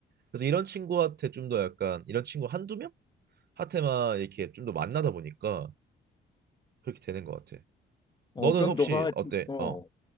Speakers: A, on the right; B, on the left.
A: 그래서 이런 친구한테 좀 더 약간 이런 친구 한두 명? 한테만 이렇게 좀 더 만나다 보니까 그렇게 되는 것 같아.
B: 어,
A: 너는
B: 그럼
A: 혹시
B: 너가 진-
A: 어때?
B: 어,
A: 어,